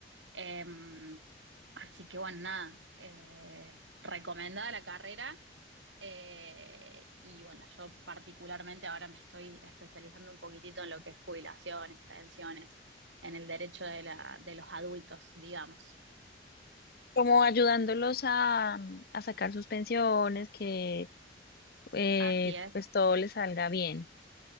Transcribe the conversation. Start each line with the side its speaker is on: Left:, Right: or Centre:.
Right: Em, así que bueno, nada, eh, recomendada la carrera. Eh, y bueno, yo particularmente ahora me estoy especializando un poquitito en lo que es jubilaciones, pensiones, en el derecho de la, de los adultos, digamos.
Left: Como ayudándolos a, a sacar sus pensiones, que eh,
Right: Así es,
Left: pues todo les salga bien.